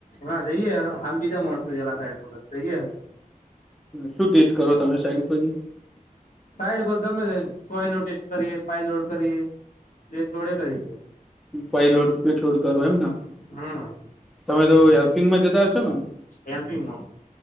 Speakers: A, on the left; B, in the centre.
A: હા જઈએે હાલ બીજા માણસ જેલા સાઈડ જઈએ.
B: શું ટેસ્ટ કરો તમે સાઈટ પરથી?
A: સાઈડ પર ગમે સોય ટેસ્ટ કરીએ પાઇપ લોડ કરીએ, પ્લેટ લોડે કરીએ.
B: પાય લોડ પેટલોડ કરો એમ ને?
A: હમ
B: તમે તો હેલ્પિંગમાં જતા હશો ને?
A: હેલ્પિંગમાં